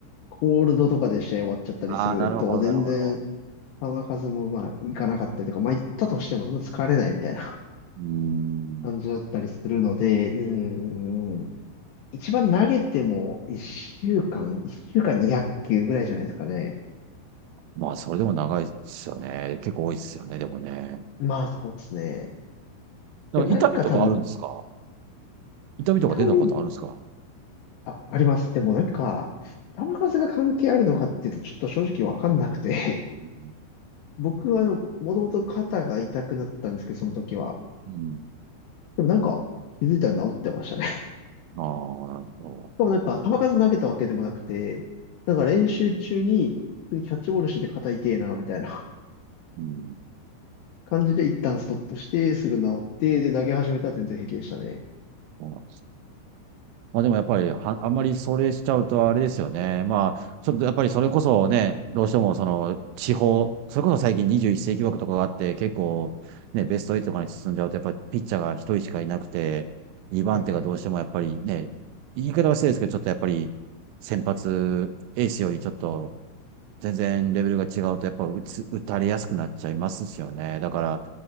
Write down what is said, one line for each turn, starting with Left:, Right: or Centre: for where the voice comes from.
Left: コールドとかで試合終わっちゃったりすると、
Right: ああ、なるほど、
Left: 全然、
Right: なるほど。
Left: 球数もまあ、いかなかったりとか、まあ、行ったとしてもそんな疲れないみたいな
Right: うーん。
Left: <laughs> 感じだったりするので、うーん、一番投げても1週間、1週間200球ぐらいじゃないですかね。
Right: まあ、それでも長いですよね。結構多いですよね、でもね。
Left: まあ、そうですね。
Right: だから痛みとかあるんですか
Left: でもなんか多分、
Right: 痛みとか出たことあるんですか
Left: 痛み、あ、あります。でもなんか、球数が関係あるのかっていうと、ちょっと正直わかんなくて、
Right: うん。
Left: <laughs> 僕はあの、もともと肩が痛くなったんですけど、その時は。
Right: うん
Left: でもなんか、気づいたら治ってましたね。<laughs> し
Right: ああ、なるほど。
Left: かもなんか、球数投げたわけでもなくて、なんか練習中に、普通にキャッチボールしてて肩痛えな、みたいな
Right: うん。
Left: <laughs> 感じで一旦ストップして、すぐ治って、で、投げ始めたら全然平気でしたね。
Right: そうなんまあでもやっぱりは、あんまりそれしちゃうとあれですよね。まあ、ちょっとやっぱりそれこそね、どうしてもその地方、それこそ最近21世紀枠とかがあって、結構ね、ベスト8とかに進んじゃうと、やっぱりピッチャーが一人しかいなくて、2番手がどうしてもやっぱりね、
Left: はい。
Right: 言い方は失礼ですけど、ちょっとやっぱり先発エースよりちょっと全然レベルが違うと、やっぱ打つ、打たれやすくなっちゃいますしよね。だから、